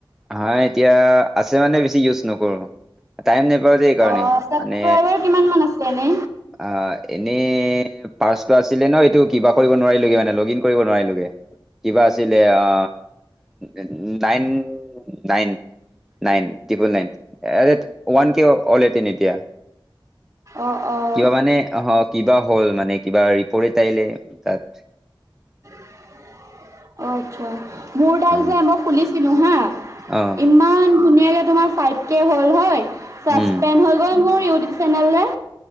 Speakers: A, in the centre; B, on the right.
A: হা এতিয়া আছে মানে বেছি ইউজ নকৰোঁ। টাইম নাপাও যে এইকাৰণে
B: অ' ছাবস্ক্ৰাইবাৰ
A: মানে,
B: কিমান মান আছে এনে?
A: আ এনেই পাৰ্চটো আছিলে ন এইটো কৰিব নোৱাৰিলোগৈ মানে লগিন কৰিব নোৱাৰিলোগে। কিবা আছিলে অ উ nine, nine nine triple nine একে ওৱান কে হলহেতেন এতিয়া।
B: অ' অ' অ'
A: কিবা মানে আহক, কিবা হ'ল মানে, কিবা ৰিপৰ্ট এটা আহিলে তাত।
B: <inaudible> অ আচ্ছা, মোৰ ডাল
A: অ
B: যে মই খুলিছিলো হা ইমা
A: অ
B: ইমান ধুনীয়াকৈ তোমাৰ ফাইভ কে হ'ল হয়, ছাচপেণ্ড
A: উম
B: হৈ গ'ল মোৰ ইউটিউব চেনেলৰে।